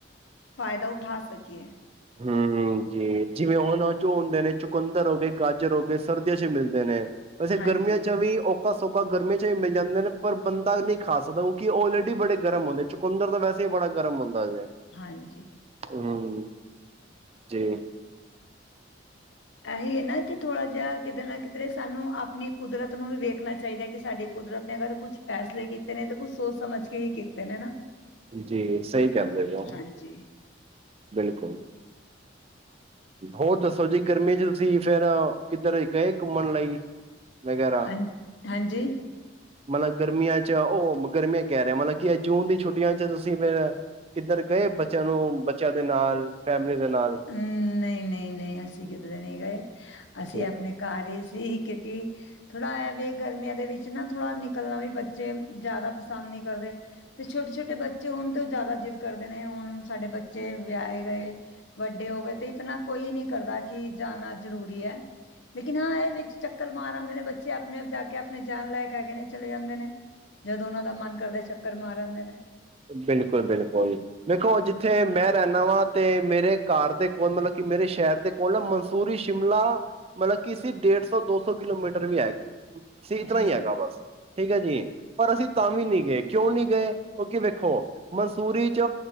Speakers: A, on the left; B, on the right.
A: ਫਾਇਦਾ ਉਠਾ ਸਕੀਏ।
B: ਹੂ ਹੂ ਜੀ, ਜਿਵੇਂ ਹੁਣ ਉਹ ਝੋ ਹੰਦੇ ਨੇ ਚੁਕੁੰਦਰ ਹੋ ਗਏ, ਗਾਜਰ ਹੋ ਗਏ ਸਰਦੀਆਂ ਚ ਮਿਲਦੇ ਨੇ। ਵੈਸੇ
A: ਹਾਂਜੀ
B: ਗਰਮੀਆਂ ਚ ਵੀ ਔ ਖਾ ਸੋਕਾ ਗਰਮੀ 'ਚ ਵੀ ਮਿਲ ਜਾਂਦੇ ਨੇ, ਪਰ ਬੰਦਾ ਨਈ ਖਾ ਸਕਦਾ, ਉਹ ਕਿ ਊਲਰੇਡੀ ਬੜੇ ਗਰਮ ਹੁੰਦੇ, ਚੁ ਚੂਕੁੰਦਰ ਤਾਂ ਵੈਸੇ ਹੀ ਬੜਾ ਗਰਮ ਹੁੰਦਾ ਜੇ।
A: ਹਾਂਜੀ।
B: ਹੂ ਜੀ।
A: ਇਹੀ ਐ ਨਾ, ਕਿ ਥੋੜ੍ਹਾ ਜਿਹਾ ਕਿਧਰ ਨਾ ਕਿਧਰੇ ਸਾਨੂੰ ਆਪਣੀ ਕੁਦਰਤ ਨੂੰ ਵੀ ਵੇਖਣਾ ਚਾਹੀਦਾ, ਕਿ ਸਾਡੀ ਕੁਦਰਤ ਨੇ ਅਗਰ ਕੁਛ ਫੈਸਲੇ ਕੀਤੇ ਨੇ, ਤੇ ਕੁੱਛ ਸੋਚ ਸਮਝ ਕੇ ਹੀ ਕੀਤੇ ਨੇ ਨਾ।
B: ਜੀ ਸਹੀ ਕਹਿਦੇ ਜੇ ਔ।
A: ਹਾਂਜੀ
B: ਬਿਲਕੁਲ। ਹੋਰ ਦੱਸੋਂ ਜੀ, ਗਰਮੀ 'ਚ ਤੁਸੀਂ ਫੇਰ ਕਿੱਧਰ ਗਏ ਘੁੰਮਣ ਲਈ? ਵਗੈਰਾ।
A: ਹਾਂ ਹਾਂਜੀ
B: ਮਤਲਬ ਗਰਮੀਆਂ 'ਚ ਊ ਗਰਮੀਆਂ ਕਹਿ ਰਿਹਾ, ਮਤਲਬ ਕੀ ਜੂਨ ਦੀ ਛੁੱਟੀਆਂ 'ਚ ਤੁਸੀਂ ਫੇਰ ਕਿੱਧਰ ਗਏ ਮ, ਬੱਚਿਆਂ ਨੂੰ ਬੱਚਿਆਂ ਦੇ ਨਾਲ ਫੈਮਲੀ ਦੇ ਨਾਲ।
A: ਨਨ ਨਈ ਨਈ ਨਈ, ਅਸੀਂ ਕਿਧਰੇ ਨਹੀਂ ਗਏ,
B: ਠੀਕ
A: ਅਸੀਂ ਆਪਣੇ
B: ਐ।
A: ਘਰ ਹੀ ਸੀ ਕਿਉਂਕਿ ਥੋੜ੍ਹਾ ਇਹ ਵੇ ਗਰਮੀਆਂ ਦੇ ਵਿੱਚ ਨਾ ਥੋੜਾ ਨਿਕਲਣਾ ਵੀ ਬੱਚੇ ਜ਼ਿਆਦਾ ਪਸੰਦ ਨੀ ਕਰਦੇ। ਤੇ ਛੋਟੇ ਛੋਟੇ ਬੱਚੇ ਹੋਣ ਤੋ ਔ ਜ਼ਿਆਦਾ ਜਿੱਦ ਕਰਦੇ ਨੇ, ਹੁਣ ਸਾਡੇ ਬੱਚੇ ਵਿਆਹੇ ਗਏ। ਵੱਡੇ ਹੋ ਗਏ ਤੇ ਇਤਨਾ ਕੋਈ ਨੀ ਕਰਦਾ, ਕਿ ਜਾਣਾ ਜ਼ਰੂਰੀ ਐ, ਲੇਕਿਨ ਹਾਂ ਇਹ ਵ ਚ ਚੱਕਰ ਮਾਰ ਆਦੇ ਨੇ ਬੱਚੇ ਆਪਣੇ ਆਪ ਜਾ ਕੇ ਆਪਣੇ, ਜਾਨ ਲਾਇਕ ਹੈਗੇ ਨੇ ਚਲੇ ਜਾਂਦੇ ਨੇ। ਜਦੋਂ ਉਹਨਾਂ ਦਾ ਮਨ ਕਰਦੇ ਚੱਕਰ ਮਾਰ ਆਦੇ ਨੇ।
B: ਬਿਲਕੁਲ ਬਿਲਕੁਲ। ਦੇੇਖੋ, ਜਿੱਥੇ ਮੈਂ ਰਹਿੰਦਾ ਵਾਂ ਤੇ ਮੇਰੇ ਘਾਰ ਦੇ ਕੋਲ ਮਤਲਬ ਕਿ ਮੇਰੇ ਸ਼ਹਿਰ ਦੇ ਕੋਲ ਨਾ ਮਸੂਰੀ ਸ਼ਿਮਲਾ ਮਤਲਬ ਕਿ ਸੀ, ਡੇਢ ਸੌ ਦੋ ਸੌ ਕਿਲੋਮੀਟਰ ਵੀ ਆ ਸੀ, ਇਤਨਾ
A: ਜੀ,
B: ਹੀ ਹੈਗਾ ਬਸ, ਠੀਕ ਐ ਜੀ, ਪਰ ਅਸੀਂ ਤਾਂ ਵੀ ਨੀ ਗਏ, ਕਿਉਂ ਨੀ ਗਏ ਕਿਉਂਕਿ ਵੇਖੋ, ਮਨਸੂਰੀ 'ਚ